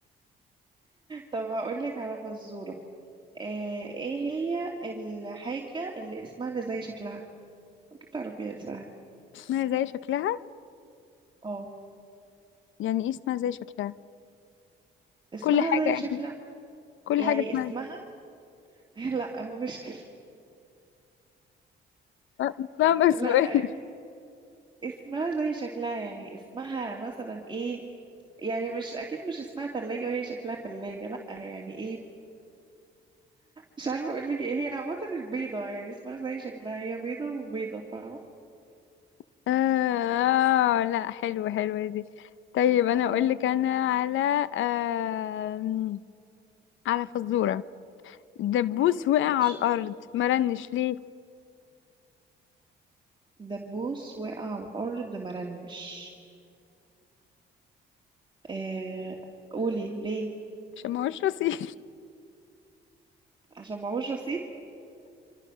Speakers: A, on the right (about 25°); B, on the left (about 75°).
A: طب هقولك على فزورة آه ايه هي الحاجة اللي اسمها اللي زي شكلها ممكن تعرفيها دي سهلة
B: <laughs> اسمها زي شكلها
A: اه
B: يعني ايه اسمها زي شكلها
A: اسمها
B: كل حاجة
A: زي شكلها
B: كل
A: يعني
B: حاجة اسمها
A: اسمها <laughs> لا مش كده
B: اسمها سؤال
A: لا اسمها زي شكلها يعني اسمها مثلا ايه يعني مش اكيد مش اسمها تلاجة وهي شكلها تلاجة لا يعني ايه مش عارفة اقولك ايه هي عامة البيضة يعني اسمها زي شكلها هي بيضة وبيضة فاهمة
B: <laughs> آه لا حلوة حلوة دي طيب أنا أقول
A: اه
B: لك أنا على آه على فزورة دبوس وقع
A: ماشي
B: على الأرض مرنش ليه
A: دبوس وقع على الأرض مرنش آه قولي ليه
B: عشان ما هوش رصيد
A: عشان معهوش رصيد